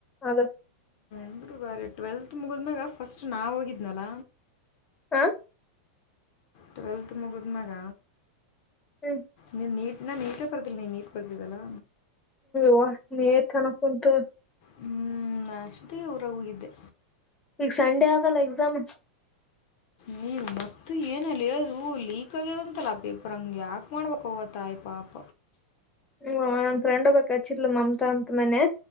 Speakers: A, on the left; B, on the left.
A: ಹೌದೇ
B: ಅಂದರು ಬಾರಿ ಟ್ವೆಲ್ತ್ ಮುಗಿದ್ಮ್ಯಾಗ ಫಸ್ಟ್ ನಾವು ಹೋಗಿದ್ನಲ್ಲ
A: ಹಾ
B: ಟ್ವೆಲ್ತ್ ಮುಗಿದನಾಗ
A: ಹ್ಮ್
B: ನಿ ನೀಟ್ ನಾನ್ ನೀಟೇ ಬರ್ತೀನಿ ನೀ ನೀಟ್ ಬರ್ತಿದ್ದಲ್ಲಾ
A: ಹ ನೀ ತನಕಂತು
B: ಹ್ಮ್ ಅಷ್ಟೇ ಊರ ಹೋಗಿದ್ದೆ
A: ಈಗ ಸಂಡೇ ಆಡ್ಲಾ ಎಕ್ಸಾಮ್
B: ನೀ ಮತ್ತ ಏನಲ್ಲಿ ಅದು ಲೀಕ್ ಆಗ್ಯದಂತಲ್ಲ ಪೇಪರ್ ಹಂಗ ಯಾಕ ಮಾಡ್ಬೇಕ ಅವವತ್ತಾಯ್ ಪಾಪ
A: ಹ ನನ್ ಫ್ರಂಡ್ ಹೋಗ್ಬೇಕಕ್ ಹಚ್ಚಿರ್ಲ ಮಮ್ತಾ ಅಂತ ಮನೆ